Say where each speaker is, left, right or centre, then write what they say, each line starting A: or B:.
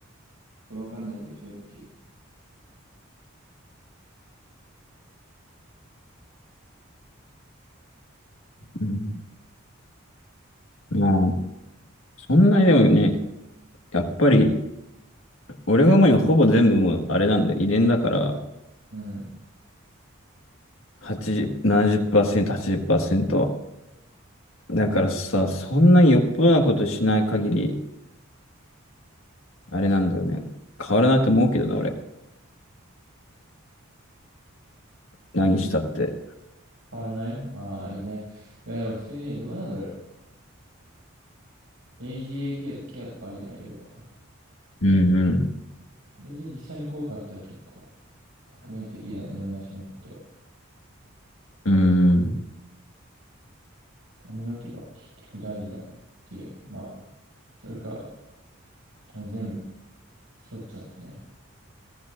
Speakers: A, on the right; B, on the left.
A: とわかんないけど、正直。
B: うん。まあ、そんなにでもね、やっぱり、俺がもうにはほぼ全部もうあれなんだよ、遺伝だから、
A: うん。
B: 80、70%、80%。だからさ、そんなによっぽどなことしない限り、あれなんだよね。変わらないと思うけどな、俺。何したって。
A: 変わらないああー、遺伝。いや、でも普通にね、どうなんだろう。AGA ケア、ケアとかあるじゃん、いろいろ。あ
B: うんうん。
A: れで実際に効果あったら結構革命的だよね、いろんな人にとっては。
B: うん。
A: 髪の毛は結局大事だっていう。まあ、それか、もう全部剃っちゃってね。